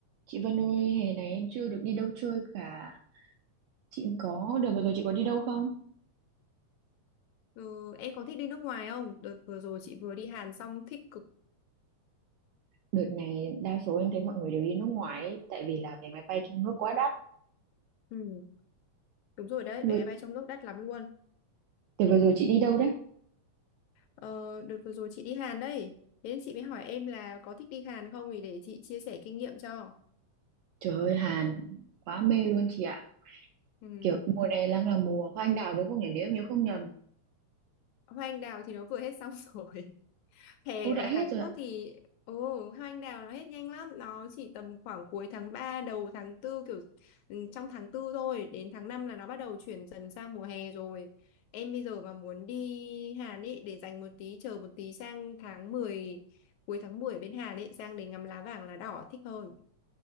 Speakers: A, on the right (about 80°); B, on the left (about 80°).
A: Chị Vân ơi, hè này em chưa được đi đâu chơi cả. Chị có, đợt vừa rồi chị có đi đâu không?
B: Ừ, em có thích đi nước ngoài không? Đợt vừa rồi chị vừa đi Hàn xong thích cực.
A: Đợt này đa số em thấy mọi người đều đi nước ngoài ấy, tại vì là vé máy bay trong nước quá đắt.
B: Ừ, đúng rồi đấy,
A: Vừa,
B: vé máy bay trong nước đắt lắm luôn.
A: đợt vừa rồi chị đi đâu đấy?
B: Ờ, đợt vừa rồi chị đi Hàn đấy. Thế nên chị mới hỏi em là có thích đi Hàn không thì để chị chia sẻ kinh nghiệm cho.
A: Trời ơi, Hàn, quá mê luôn chị ạ.
B: Ừ.
A: Kiểu mùa này đang là mùa hoa anh đào đúng không nhỉ? Nếu em nhớ không nhầm.
B: Hoa anh đào thì nó vừa hết xong <laughs> rồi. Hè
A: Ô,
B: ở
A: đã hết
B: Hàn
A: rồi
B: Quốc
A: ạ.
B: thì ồ hoa anh đào nó hết nhanh lắm, nó chỉ tầm khoảng cuối tháng 3 đầu tháng tư kiểu ừ, trong tháng tư thôi, đến tháng 5 là nó bắt đầu chuyển dần sang mùa hè rồi. Em bây giờ mà muốn đi Hàn ấy để dành một tí chờ một tí sang tháng mười cuối tháng 10 ở bên Hàn ấy sang để ngắm lá vàng lá đỏ thích hơn.